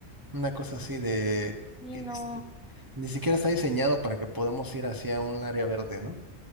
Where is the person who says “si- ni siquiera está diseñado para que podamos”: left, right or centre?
Right